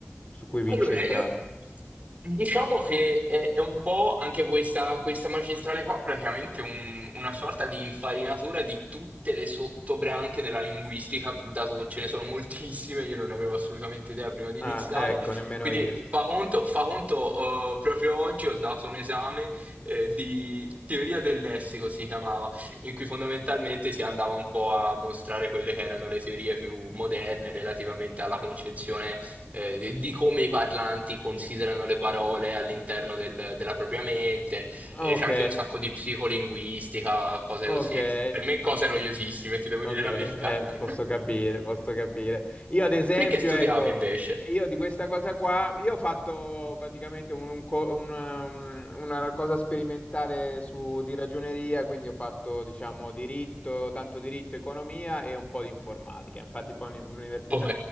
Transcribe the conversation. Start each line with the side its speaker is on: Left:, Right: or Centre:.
Left: su cui vi
Right: Allora,
Left: incentrate?
Right: io diciamo che è, è un po' anche questa, questa magistrale qua, praticamente un- una sorta di infarinatura di tutte le sottobranche della linguistica, dato che ce ne sono moltissime, io non avevo assolutamente idea prima di
Left: Ah,
Right: iniziare.
Left: ecco, nemmeno
Right: Quindi
Left: io.
Right: fa conto, fa conto, eh, proprio oggi ho dato un esame, eh, di teoria del lessico, si chiamava, in cui fondamentalmente si andava un po' a mostrare quelle che erano le teorie più moderne relativamente alla concezione eh, di di come i parlanti considerano le parole all'interno del- della propria mente,
Left: Ok,
Right: eh, c'è anche un sacco di psicolinguistica, cose
Left: ok,
Right: così. Per me cose
Left: ok.
Right: noiosissime, ti devo
Left: Ok,
Right: dire la
Left: eh,
Right: verità. <laughs>
Left: posso capire, posso capire. Io ad esempio,
Right: Te che studiavi
Left: ecco,
Right: invece?
Left: io di questa cosa qua, io ho fatto praticamente un- un co- una, una cosa sperimentale su, di ragioneria, quindi ho fatto, diciamo, diritto, tanto diritto, economia e un po' di informatica. Infatti poi all'università
Right: Ok.